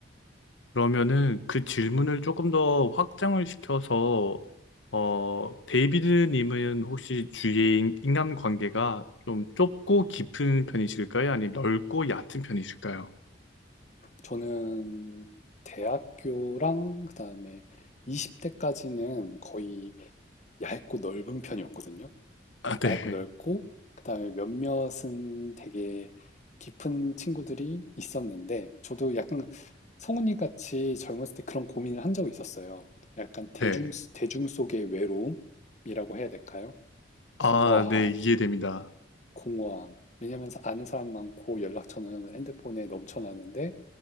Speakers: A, on the left; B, on the left.
A: 그러면은 그 질문을 조금 더 확장을 시켜서 어, 데이비드님은 혹시 주위의 인- 인간 관계가 좀 좁고 깊은 편이실까요? 아니면 넓고 얕은 편이실까요?
B: 저는 대학교랑 그다음에 20대까지는 거의 얇고 넓은 편이었거든요.
A: 아,
B: 얇고
A: 네,
B: 넓고 그다음에 몇몇은 되게 깊은 친구들이 있었는데 저도 약간 성훈이 같이 젊었을 때 그런 고민을 한 적이 있었어요. 약간 대중
A: 네.
B: 대중 속의 외로움이라고 해야 될까요?
A: 아,
B: 공허함,
A: 네, 이해됩니다.
B: 공허함. 왜냐면 아는 사람 많고 연락처는 핸드폰에 넘쳐나는데